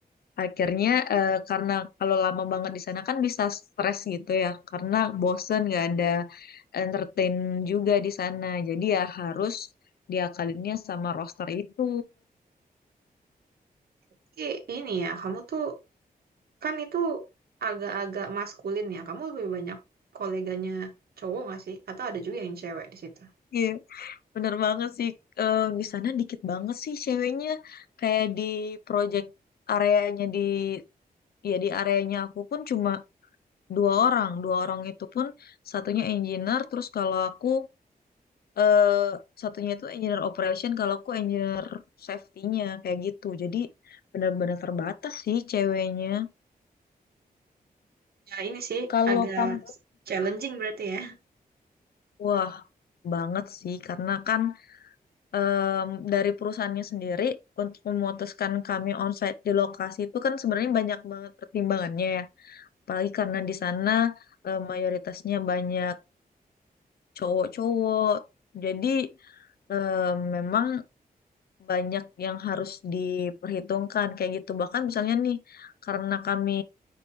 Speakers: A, on the left; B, on the right.
A: Akhirnya eh, karena kalau lama banget di sana kan bisa stres gitu ya karena bosen nggak ada entertain juga di sana. Jadi ya harus diakalinnya sama roster itu.
B: Tapi ini ya, kamu tuh kan itu agak-agak maskulin ya. Kamu lebih banyak koleganya cowok nggak sih? Atau ada juga yang cewek di situ?
A: Iya, bener banget sih. Eh, di sana dikit banget sih ceweknya. Kayak di project areanya di ya di areanya aku pun cuma dua orang. Dua orang itu pun satunya engineer, terus kalau aku eh satunya itu engineer operation, kalau aku engineer safety-nya kayak gitu. Jadi benar-benar terbatas sih ceweknya.
B: Ya ini sih
A: Kalau
B: agak
A: kamu,
B: challenging berarti ya.
A: <laughs> wah banget sih karena kan em, dari perusahaannya sendiri untuk memutuskan kami onsite di lokasi itu kan sebenarnya banyak banget pertimbangannya ya. Apalagi karena di sana eh, mayoritasnya banyak cowok-cowok. Jadi em, memang banyak yang harus diperhitungkan kayak gitu. Bahkan misalnya nih, karena kami